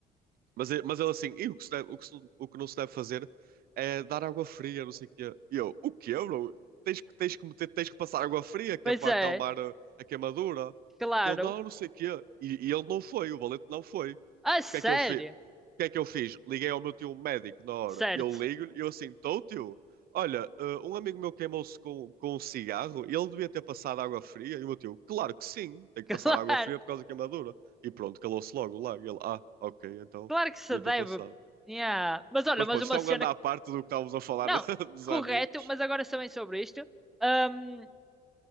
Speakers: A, on the right; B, in the centre.
A: Mas, e- mas ele assim, e o que se deve- o que se- o que não se deve fazer é dar água fria, não sei o quê. E eu, o quê, bro? Tens que, tens que meter, tens que passar água fria, que
B: Pois
A: é para
B: é,
A: acalmar a, a queimadura.
B: claro.
A: E ele, não, não sei o quê. E, e ele não foi, o valente não foi. O
B: A sério?
A: que é que eu fiz? que é que eu fiz? Liguei ao meu tio médico na hora.
B: Certo.
A: E eu
B: <laughs>
A: ligo-lhe e eu assim, tô tio, olha, eh, um amigo meu queimou-se com, com um cigarro e ele devia ter passado água fria. E o meu tio, claro que sim, tem
B: Claro.
A: que passar água fria por causa da queimadura. E pronto, calou-se logo lá. E ele, ah, ok, então
B: Claro que se
A: devia
B: deve.
A: ter passado.
B: Yeah. Mas olha,
A: Mas
B: mas
A: pronto,
B: uma
A: isto é
B: cena.
A: um grande à parte do que estávamos a falar
B: Não,
A: <laughs> dos
B: correto,
A: animes.
B: mas agora também sobre isto. Hum,